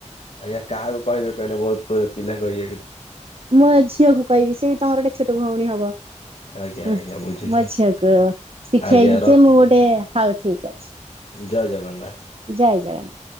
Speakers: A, on the left; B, on the right.
A: ଆଜ୍ଞା କାହାକୁ କହିବେ କହିଲେ? ବହୁତ ପିଲାଙ୍କୁ ୟେକୁ
B: ମୋ ଏ ଝିଅ କୁ କହିବି। ସେ ବି ତମର ଗୋଟେ ଛୋଟ ଭଉଣୀ ହବ।
A: ଆଜ୍ଞା
B: ହୁଁ
A: ଆଜ୍ଞା ବୁଝୁଛେ
B: ମୋ ଝିଅକୁ ଶିଖେଇବି
A: ଆଜ୍ଞା ରଖୁଛି
B: ଯେ, ମୁଁ ଗୋଟେ
A: ଆଜ୍ଞା
B: ହଉ ଠିକ ଅଛି।
A: ଜୟ ଜଗନ୍ନାଥ।
B: ଜୟ ଜଗନ୍ନାଥ।